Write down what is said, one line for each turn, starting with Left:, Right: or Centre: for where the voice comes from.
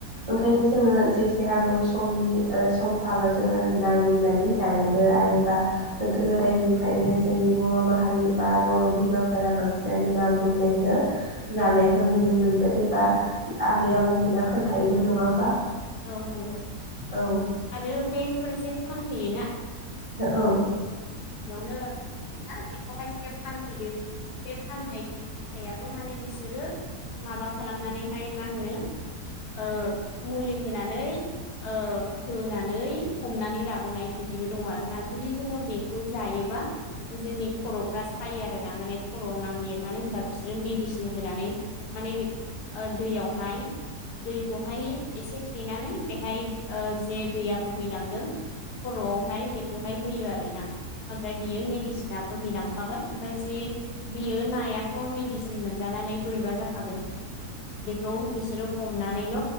Right: ओंखायनो
Left: औ
Right: जोंङो जे देहागौ समनि ओ सम थाबा जोङो ना गुरनानै जानांगो आरोबा गोदो गोदायनि। फ्रायनो जोंनि बर' माहारि बा बर' बिमाफोरा बांसिनानो ना गुरनायखौ जानो नायखौ नुनो मोनबोदो बा आबै आबौ मोना खोन्थायोमोन नङा होमबा।
Left: औ नंगौ
Right: औ
Left: आरो बेफोरसे। फानफैयो
Right: औ
Left: इयावनो। ना बेखौहाय जे फानफैयो। बे फाननाय फाननायाबो माने बिसोरो माबा खालामनानैहाय मा होनो। ओ मुलि होनानै। ओ होनानै हमनानै लाबोनाय बिदिबो दङ आरोना जुदि जोङो बेखौ जायोबा। जोंनि खर'फ्रा सायो आरो ना माने खर'आव नांहैयो मानो होनबा बिसोरो मेडिसिन होनानै। माने दैयावहाय दैखौहाय एसे। थेनानै बेहाय जे दैया बोहैलांदों। खर'आवहाय बेखौहाय होयो आरोना ओमफ्राय बियो मेडिसिना बोहैलां। फागोन ओमफ्राय जे बेयो नायाथ' मेडिसिन मोनजानानै बोरैबा जाखागोन। बेखौ बिसोरो हमनानैल'